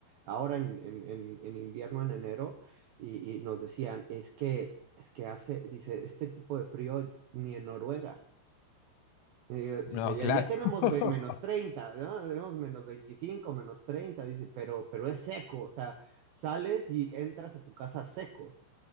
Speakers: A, on the right (about 80°); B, on the left (about 85°).
A: ahora en, en- en- en invierno, en enero, y, y nos decían, es que, es que hace, dice, este tipo de frío ni en Noruega. Y yo, dice,
B: no,
A: ya,
B: claro.
A: ya tenemos
B: <laughs>
A: ve- menos treinta ¿no? Tenemos menos veinticinco menos treinta dice, pero, pero es seco, o sea, sales y entras a tu casa seco.